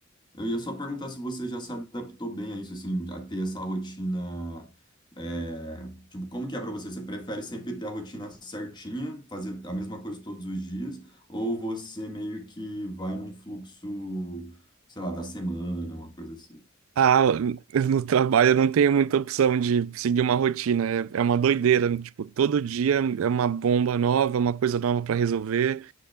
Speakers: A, on the left; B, on the right.
A: Eu ia só perguntar se você já se adaptou bem a isso, assim, a ter essa rotina. é, Tipo, como que é pra você? Você prefere sempre ter a rotina certinha, fazer a mesma coisa todos os dias, ou você meio que vai num fluxo, sei lá, da semana, uma coisa assim?
B: Ah, no trabalho eu não tenho muita opção de seguir uma rotina. É, é uma doideira. Tipo, todo dia é uma bomba nova, é uma coisa nova para resolver.